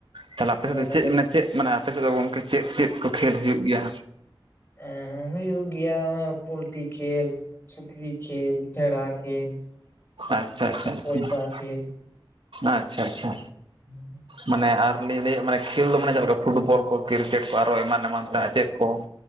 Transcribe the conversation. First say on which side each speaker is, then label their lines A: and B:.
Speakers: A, on the right; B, on the left.
A: ᱛᱟᱦᱚᱞᱮ ᱟᱯᱮ
B: ᱚᱱᱟ
A: ᱥᱮᱫ ᱫᱚ
B: ᱟᱹᱞᱤᱧ
A: ᱪᱮᱫ ᱢᱮᱟᱱᱮ ᱪᱮᱫ ᱢᱟᱱᱮ ᱟᱯᱮᱥᱮᱫ ᱫᱚ ᱜᱚᱢᱠᱮ ᱪᱮᱫ ᱪᱮᱫ ᱠᱚ ᱠᱷᱮᱞ ᱦᱩᱭᱩᱜ ᱜᱮᱭᱟ?
B: ᱮᱸ ᱦᱩᱭᱩᱜ ᱜᱮᱭᱟ ᱯᱳᱞᱴᱤ ᱠᱷᱮᱞ᱾ ᱥᱩᱠᱨᱤ ᱠᱷᱮᱞ, ᱵᱷᱮᱲᱟ ᱠᱷᱮᱞ
A: ᱟᱪᱪᱷᱟ ᱟᱪᱪᱷᱟ
B: ᱟᱨ
A: ᱟᱪᱪᱷᱟ
B: ᱯᱚᱭᱥᱟ ᱠᱷᱮᱞ᱾
A: ᱟᱪᱪᱷᱟ ᱟᱪᱪᱷᱟ᱾
B: <unintelligible>
A: ᱢᱟᱱᱮ ᱟᱨ ᱞᱤᱧ ᱞᱟᱹᱭᱮᱜ ᱢᱟᱱᱮ ᱠᱷᱮᱞ ᱫᱚ ᱢᱟᱱᱮ ᱪᱮᱫ ᱞᱮᱠᱟ ᱯᱷᱩᱴᱵᱚᱞ ᱠᱚ ᱠᱨᱤᱠᱮᱴ ᱠᱚ ᱟᱨᱚ ᱮᱢᱟᱱ ᱮᱢᱟᱱ ᱛᱮ ᱪᱮᱫ ᱠᱚ?